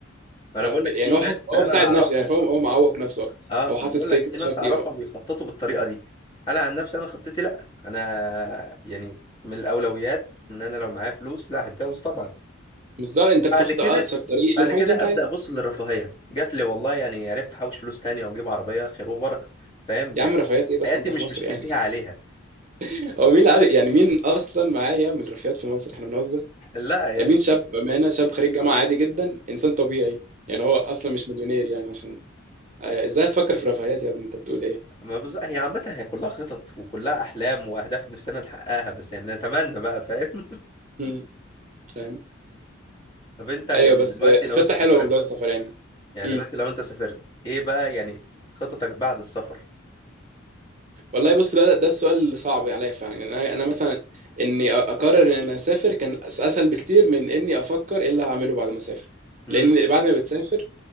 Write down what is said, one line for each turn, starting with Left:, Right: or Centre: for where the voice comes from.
Left: انا
Right: فب-
Left: بقول لك
Right: يعني
Left: في
Right: هو
Left: ناس
Right: حط
Left: فعلا
Right: هو بيساعد
Left: اعرفها
Right: نفسه يعني فاهم هو معوق نفسه اكتر
Left: اه انا
Right: هو حاطط
Left: بقول
Right: كده
Left: لك
Right: كده
Left: في ناس
Right: شرط
Left: اعرفها بيخططوا بالطريقه دي انا عن نفسي انا خطتي لا انا يعني من الاولويات ان انا لو معايا فلوس لا هتجوز طبعا
Right: بالظبط انت بتاخد
Left: بعد كده
Right: اقصر طريق
Left: بعد
Right: للحاجه
Left: كده
Right: اللي انت
Left: ابدا
Right: عايزها
Left: ابص للرفاهيه جات لي والله يعني عرفت احوش فلوس تانية واجيب عربيه خير وبركه فاهم
Right: يا
Left: لكن
Right: عم رفاهيات ايه بس
Left: حياتي
Right: انت
Left: مش
Right: في مصر
Left: مش هتنتهي
Right: يعني
Left: عليها
Right: <laughs> هو مين اللي عارف يعني مين اصلا معاه يعمل رفاهيات في مصر احنا بنهزر
Left: لا يعني
Right: يعني مين شاب بامانه شاب خريج جامعه عادي جدا انسان طبيعي يعني هو اصلا مش مليونير يعني عشان آه، ازاي هتفكر في رفاهيات يا ابني انت بتقول ايه
Left: ما بز... هي عامه هي كلها خطط وكلها احلام واهداف نفسنا نحققها بس يعني نتمنى بقى فاهم
Right: مم، فاهم
Left: <laughs> طب انت يعني
Right: ايوه بس
Left: دلوقتي
Right: آه،
Left: لو
Right: خطه
Left: انت سافرت
Right: حلوه موضوع السفر يعني
Left: يعني
Right: امم
Left: دلوقتي لو انت سافرت ايه بقى يعني خططك بعد السفر
Right: والله بص بقى، ده ده السؤال اللي صعب عليا فعلا يعني انا أنا مثلا اني أ- اقرر ان انا اسافر كان اسهل بكتير من اني افكر ايه اللي هعمله بعد ما اسافر
Left: امم
Right: لان بعد ما بتسافر